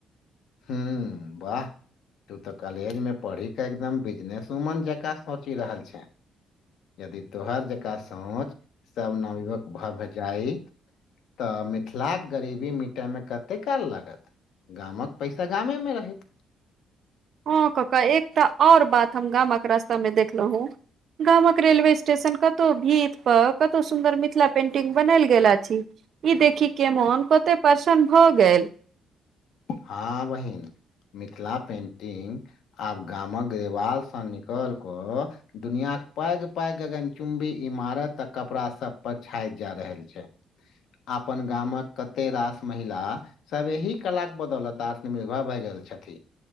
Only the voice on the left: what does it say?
हूँ वाह तू तऽ कॉलेज मे पढ़ी क एकदम बिजनेस उमन जकाँ सोचि रहल छाँ यदि तोहार जकाँ सोच सब नवयुवक भऽ भऽ जाई तऽ मिथिलाके गरीबी मिटायमे कते काल लागत गामक पैसा गामेमे रहैत
हँ बहिन मिथिला पेंटिंग आब गामक ग्रिवालसँ निकलि कऽ दुनियाक पैघ पैघ गगन चुम्बी इमारत आ कपड़ा सभ पर छाइत जा रहल छै अपन गामक कते रास महिला सब एहि कला बदौलत आत्मनिर्भर भए गेल छथि।